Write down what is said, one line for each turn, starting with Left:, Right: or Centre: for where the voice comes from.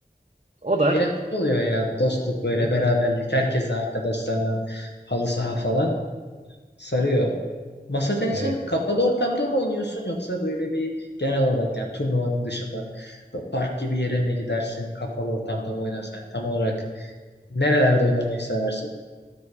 Right: O da
Left: eğlenceli oluyor ya. Dostluk böyle
Right: Hı hı.
Left: beraberlik. Herkese arkadaşlarla halı saha falan. Sarıyor. Masa tenisin
Right: Evet.
Left: kapalı ortamda mı oynuyorsun yoksa böyle bir genel olarak yani turnuvanın dışında bu park gibi yere mi gidersin, kapalı ortamda mı oynarsan tam olarak nerelerde oynamayı seversin?